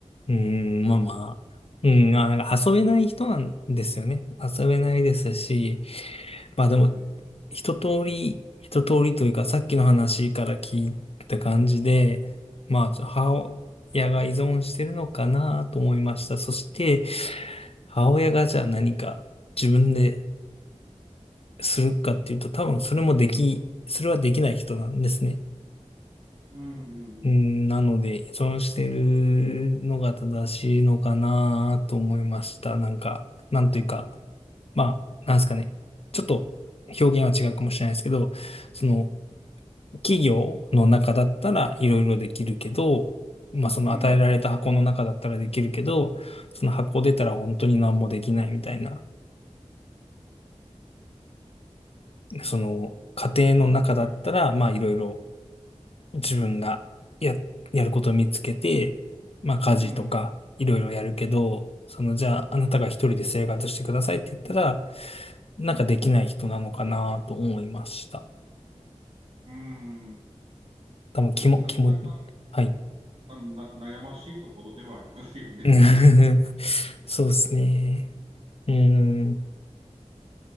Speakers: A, on the left; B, on the right.
A: うーん、まあまあ。うん、まあ、なんか遊べない人なんですよね。遊べないですし、まあでも、
B: うん、
A: 一通り、一通りというか、さっきの話から聞いた感じで、まあ、母親が依存してるのかなと思いました。そして、母親がじゃあ何か自分でするかっていうと、多分それもでき、それはできない人なんですね。
B: うん、うん、
A: うん、なので、依存してるのが正しいのかなと思いました。なんか、なんというか、まあ、なんですかね。ちょっと表現は違うかもしれないですけど、その、企業の中だったらいろいろできるけど、まあ、その与えられた箱の中だったらできるけど、
B: うん。うん、
A: その箱出たら本当に何もできないみたいな、その、家庭の中だったら、
B: はい。
A: まあ、いろいろ自分がや、やることを見つけて、まあ家事とかいろいろやるけど、
B: うん、
A: そのじゃああなたが一人で生活してくださいって言ったら、なんかできない人なのかなと思いました。
B: うん。
A: 多分気も、
B: ななかなか
A: 気も、はい。
B: あのな悩ましいところではありますよね。
A: <laughs>
B: <laughs>
A: そうですね。うーん。